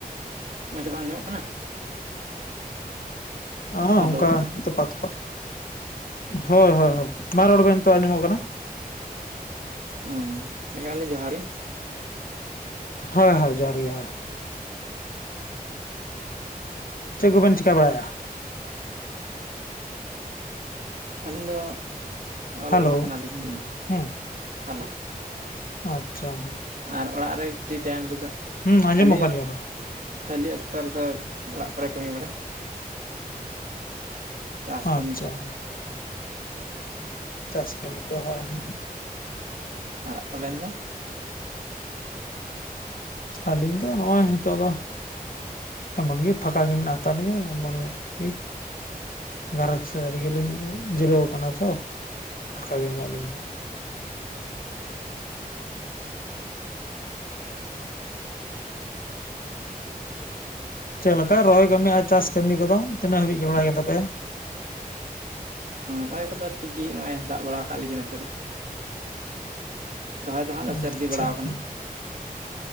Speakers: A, on the right (about 70°); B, on the left (about 65°).
A: ᱢᱚᱡᱽ ᱛᱮ ᱵᱟᱝ ᱟᱸᱡᱚᱢᱚᱜ ᱠᱟᱱᱟ?
B: ᱚᱸ ᱦᱚ
A: ᱦᱮᱞᱳ
B: ᱚᱱᱠᱟ ᱛᱚᱯᱟᱜ ᱛᱚᱯᱟᱜ ᱾ ᱦᱳᱭ ᱦᱳᱭ ᱦᱳᱭ ᱢᱟ ᱨᱚᱲ ᱵᱮᱱ ᱱᱤᱛᱚᱜ ᱟᱸᱡᱚᱢᱚᱜ ᱠᱟᱱᱟ᱾
A: ᱦᱮᱸ ᱾ <unintelligible> ᱡᱚᱦᱟᱨ ᱜᱮ ᱾
B: ᱦᱳᱭ ᱦᱳᱭ ᱡᱚᱦᱟᱨ ᱜᱮ ᱦᱳ ᱪᱮᱫ ᱠᱚᱵᱮᱱ ᱪᱮᱤᱠᱟᱹ ᱵᱟᱲᱟᱭᱮᱜ-ᱟ?
A: ᱟᱹᱞᱤᱧ ᱫᱚ <inaudible> ᱚᱞ
B: ᱦᱮᱞᱳ
A: ᱵᱟᱲᱟᱜ ᱠᱟᱱᱟᱞᱤᱧ ᱱᱤᱛ ᱫᱚ
B: ᱦᱩᱸ
A: ᱾ <inaudible> ᱦᱮᱞᱳ
B: ᱟᱪᱪᱷᱟ᱾
A: ᱟᱨ ᱚᱲᱟᱜ ᱨᱮᱜᱮ ᱯᱷᱨᱤ ᱴᱟᱭᱤᱢ ᱨᱮᱫᱚ
B: ᱦᱩᱸ ᱟᱸᱡᱚᱢᱚᱜ
A: ᱠᱷᱟᱹᱞᱤ
B: ᱠᱟᱱ ᱜᱮᱭᱟ ᱨᱚᱲ
A: ᱠᱷᱟᱹᱞᱤ ᱚᱠᱛᱚ ᱨᱮᱫᱚ ᱚᱲᱟᱜ ᱠᱚᱨᱮ ᱠᱟᱹᱢᱤ ᱵᱟᱲᱟᱭ ᱪᱟᱥ ᱠᱟᱹᱢᱤ
B: ᱟᱪᱪᱷᱟ
A: ᱠᱚ
B: ᱪᱟᱥ ᱠᱟᱹᱢᱤ ᱠᱚ ᱦᱚᱭ ᱦᱚᱭ
A: ᱟᱨ ᱟᱵᱮᱱ ᱫᱚ?
B: ᱟᱹᱞᱤᱧ ᱫᱚ ᱱᱚᱜᱼᱚᱭ ᱱᱤᱛᱚᱜ ᱫᱚ ᱮᱢᱚᱱ ᱜᱮ ᱯᱷᱟᱸᱠᱟ ᱜᱮ ᱢᱮᱱᱟᱜ ᱦᱟᱛᱟᱲ ᱞᱤᱧᱟᱹ ᱮᱢᱚᱱ ᱜᱮ ᱜᱷᱟᱨᱚᱸᱡᱽ ᱥᱮᱜ ᱨᱮᱜᱮ ᱞᱤᱧ ᱡᱤᱨᱟᱹᱣ ᱟᱠᱟᱱᱟ ᱛᱷᱚ ᱯᱷᱟᱠᱟ ᱜᱮ ᱢᱮᱱᱟᱜ ᱞᱤᱧᱟ᱾ ᱪᱮᱫ ᱞᱮᱠᱟ ᱨᱚᱦᱚᱭ ᱠᱟᱹᱢᱤ ᱟᱨ ᱪᱟᱥ ᱠᱟᱹᱢᱤ ᱠᱚᱫᱚ ᱛᱤᱱᱟᱹᱜ ᱦᱟᱹᱵᱤᱡ ᱜᱮ ᱵᱟᱲᱟᱭ ᱜᱮ ᱛᱟᱯᱮᱭᱟ
A: ᱨᱚᱦᱚᱭ ᱠᱚᱫᱚ ᱴᱷᱤᱠ ᱜᱮ ᱱᱚᱜᱼᱚᱭ ᱫᱟᱜ ᱵᱟᱲᱟ ᱟᱠᱟᱫ ᱞᱮᱜᱮ ᱱᱚᱛᱮ ᱫᱚ ᱨᱚᱦᱚᱭ ᱫᱚ ᱦᱟᱸᱜ ᱞᱮ
B: ᱟᱪᱪᱷᱟ
A: ᱥᱟᱹᱨᱫᱤ ᱵᱟᱲᱟᱣ ᱟᱠᱟᱱᱟ
B: ᱦᱩᱸ